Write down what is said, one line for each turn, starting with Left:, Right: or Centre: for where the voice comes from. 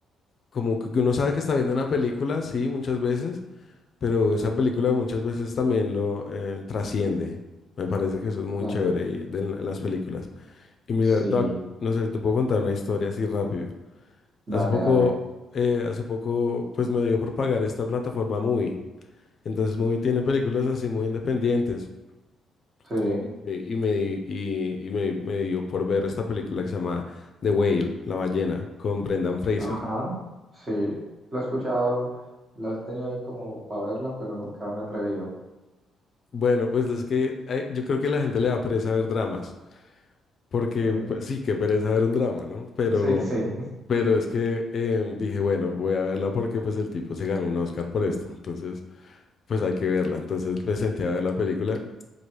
Left: como que uno sabe que está viendo una película, sí, muchas veces Pero esa película muchas veces también lo eh, trasciende. Me parece que eso es muy
Right: Claro,
Left: chévere y- de la- las películas. Y mira,
Right: sí,
Left: te voy a- no sé, te puedo contar una historia así rápido.
Right: dale,
Left: Hace poco,
Right: dale.
Left: eh, hace poco, pues me dio por pagar esta plataforma Movie. Entonces Movie tiene películas así muy independientes.
Right: Sí.
Left: Y, me, y me di- y- y me- me dio por ver esta película que se llama The Whale, La ballena, con Brendan Fraser.
Right: Ajá, sí, la he escuchado, la he tenido ahí como para verla, pero nunca me he atrevido.
Left: Bueno, pues es que eh, yo creo que la gente le da pereza ver dramas. Porque,
Right: Mm,
Left: pues sí, qué pereza ver un drama, ¿no? Pero,
Right: Sí, sí, <laughs>
Left: pero es que eh, dije, bueno, voy a verla porque pues el tipo se ganó un Oscar por esto. Entonces, pues hay que verla. Entonces me senté a ver la película.